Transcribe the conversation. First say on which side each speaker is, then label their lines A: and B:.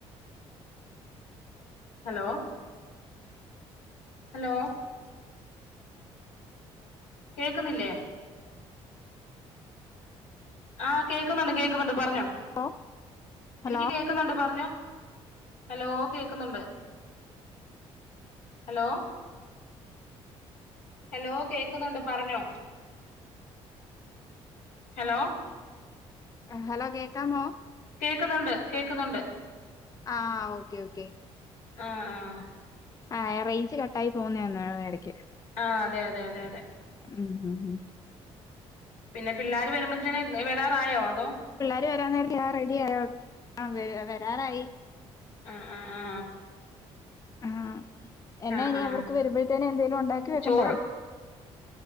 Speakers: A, on the left; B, on the left.
A: Hello hello. കേക്കുന്നില്ലേ. ആഹ് കേക്കുന്നുണ്ട് കേക്കുന്നുണ്ട് പറഞ്ഞോ.
B: ഹലോ ഹലോ
A: എനിക്ക് കേക്കുന്നുണ്ട് പറഞ്ഞോ. ഹലോ കേക്കുന്നുണ്ട് ഹലോ ഹലോ കേക്കുന്നുണ്ട് പറഞ്ഞോ ഹലോ.
B: ഹലോ കേക്കാമോ?
A: കേക്കുന്നൊണ്ട് കേക്കുന്നൊണ്ട്-
B: ആ ഓക്കെ ഓക്കെ-
A: ആ ആഹ് -
B: ആ റേഞ്ച് കട്ടായി പോകുന്നേന്ന് എ ടയ്ക്ക്.
A: ആ അതെ അതെ അതെ അതെ.
B: ഉം ഉം ഉം.
A: പിന്നെ പിള്ളാര് വരുമ്പത്ത്ന് വരാറായോ അതോ?
B: ർ വരാ നേര ആ റെഡി ആയോ ആ വരാറായി.
A: ആ ആ ആ.
B: ആഹ് എന്നാ
A: ആ
B: ഇനി
A: ആ
B: അവർക്ക് വരുമ്പോഴത്തേനെ എന്തേലും ഉണ്ടാക്കി വെക്കണ്ടേ?
A: ചോറ്